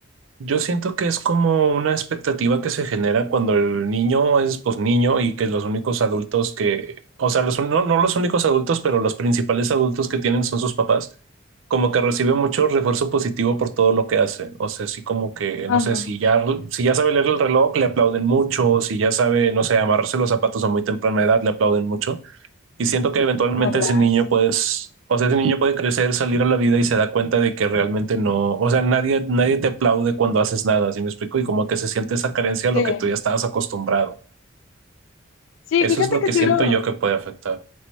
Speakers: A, on the right (about 75°); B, on the left (about 70°).
A: Yo siento que es como una expectativa que se genera cuando el niño es pues niño y que los únicos adultos que, o sea, los- no, no los únicos adultos, pero los principales adultos que tienen son sus papás, como que recibe mucho refuerzo positivo por todo lo que hace. O sea, sí como que,
B: Ajá,
A: no sé, si ya, si ya sabe leer el reloj, le aplauden mucho, si ya sabe, no sé, amarrarse los zapatos a muy temprana edad, le aplauden mucho. Y siento que eventualmente
B: hablar,
A: ese niño
B: sí.
A: puedes, o sea, ese niño puede crecer, salir a la vida y se da cuenta de que realmente no, o sea, nadie, nadie te aplaude cuando haces nada, ¿sí me explico? Y como que se siente esa carencia a lo
B: Sí,
A: que tú ya estabas acostumbrado.
B: sí,
A: Eso
B: fíjate
A: es lo
B: que
A: que
B: sí
A: siento
B: lo,
A: yo que puede afectar.